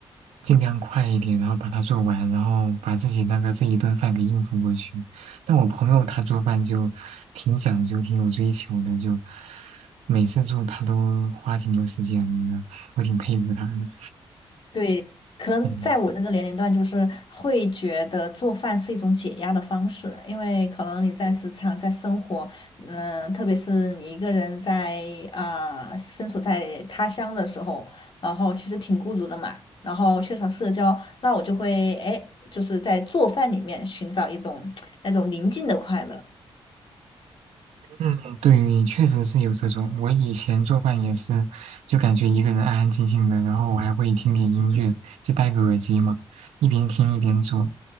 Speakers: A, on the right; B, on the left.
A: 尽量快一点，然后把它做完，然后把自己那个这一顿饭给应付过去。但我朋友他做饭就挺讲究、挺有追求的，就每次做他都花挺多时间的，我挺佩服他的。
B: 对，可能在我这个年龄段，
A: 嗯。
B: 就是会觉得做饭是一种解压的方式，因为可能你在职场、在生活，嗯，特别是你一个人在啊、身处在他乡的时候，然后其实挺孤独的嘛，然后缺少社交，那我就会哎，就是在做饭里面寻找一种 <tsk> 那种宁静的快乐。
A: 嗯，对，确实是有这种。我以前做饭也是，就感觉一个人安安静静的，然后我还会听点音乐，就戴个耳机嘛，一边听一边做。